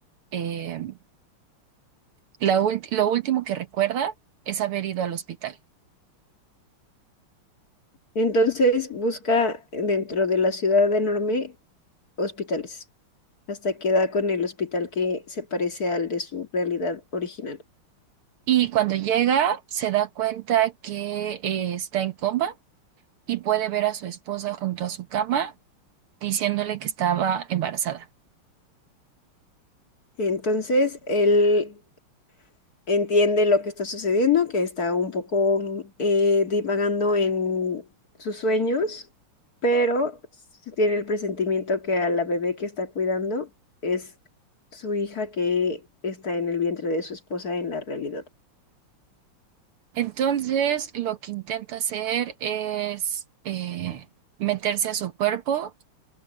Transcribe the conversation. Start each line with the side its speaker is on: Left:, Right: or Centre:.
Right: eh, la ulti- lo último que recuerda es haber ido al hospital.
Left: Entonces, busca dentro de la ciudad enorme hospitales hasta que da con el hospital que se parece al de su realidad original.
Right: Y cuando llega, se da cuenta que eh, está en coma y puede ver a su esposa junto a su cama diciéndole que estaba embarazada.
Left: Entonces, él entiende lo que está sucediendo, que está un poco mm, eh, divagando en sus sueños, pero se tiene el presentimiento que a la bebé que está cuidando es su hija que está en el vientre de su esposa en la realidad.
Right: Entonces, lo que intenta hacer es eh, meterse a su cuerpo,